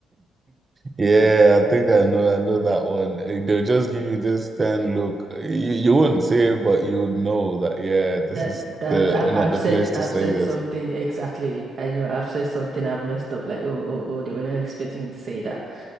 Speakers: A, on the right (about 25°); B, on the right (about 50°).
A: Yeah,
B: But
A: I think I know. I know that one. Eh, They'll just give you this ten look. You you wouldn't say it, but you would know that. Yeah, this
B: That
A: is
B: that
A: the
B: I've
A: not
B: I've
A: the
B: said
A: place to
B: I've
A: say
B: said
A: this.
B: something exactly. I know I've said something I've messed up. Like oh oh oh, they were not expecting me to say that.